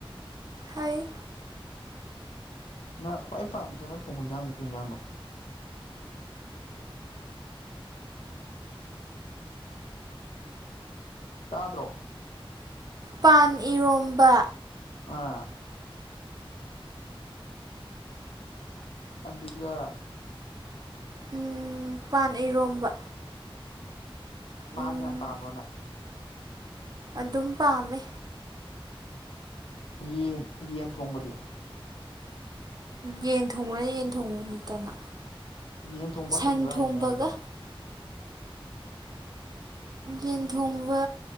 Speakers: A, on the right; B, on the left.
A: ꯍꯩ
B: ꯅꯪꯅ ꯈ꯭ꯋꯥꯏ ꯄꯥꯝꯖꯅ ꯊꯣꯡꯕ ꯏꯟꯖꯥꯡꯁꯦ ꯀꯩ ꯏꯟꯖꯥꯡꯅꯣ ꯇꯥꯗ꯭ꯔꯣ
A: ꯄꯥꯟ ꯏꯔꯣꯝꯕ
B: ꯑ <unintelligible> ꯑꯗꯨꯒ
A: ꯎꯝ ꯄꯥꯟ ꯏꯔꯣꯝꯕ
B: ꯄꯥꯟ
A: ꯎꯝ
B: ꯌꯥꯝ ꯄꯥꯝꯕ꯭ꯔꯣꯅ
A: ꯑꯗꯨꯝ ꯄꯥꯝꯃꯦ
B: ꯌꯦꯟ ꯌꯦꯟ ꯊꯣꯡꯕꯗꯤ
A: ꯌꯦꯟ ꯊꯣꯡꯕꯅ ꯌꯦꯟ ꯊꯣꯡꯕꯅꯤꯗꯅ
B: ꯌꯦꯟ ꯊꯣꯡꯕ
A: ꯁꯟ
B: ꯍꯩꯕ꯭ꯔꯥ
A: ꯊꯣꯡꯕꯒ
B: ꯍꯥꯏꯕꯅꯦ ꯍꯥꯏꯁꯦ
A: ꯌꯦꯟ ꯊꯣꯡꯕ